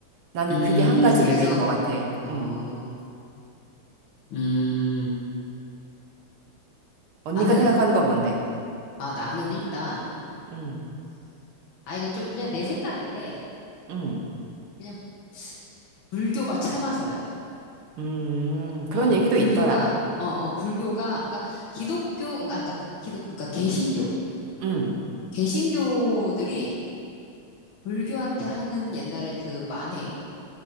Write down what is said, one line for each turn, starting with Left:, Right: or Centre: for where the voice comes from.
Right: 나는
Left: 음.
Right: 그게 한 가지
Left: 그래서,
Right: 이유인 것 같아.
Left: 어,
Right: 음.
Left: 음,
Right: 언니가
Left: 나는,
Right: 생각하는 건 뭔데?
Left: 아, 나는 일단,
Right: 음,
Left: 아, 이거 좀 그냥 내 생각인데,
Right: 음,
Left: 그냥 불교가 참아서야.
Right: 음,
Left: 어,
Right: 그런 얘기도
Left: 불교가,
Right: 있더라.
Left: 어, 어, 불교가, 그러니까 기독교, 그러니까, 그러니까 기독, 그러니까 개신교,
Right: 음,
Left: 개신교들이 불교한테 하는 옛날에 그 만행,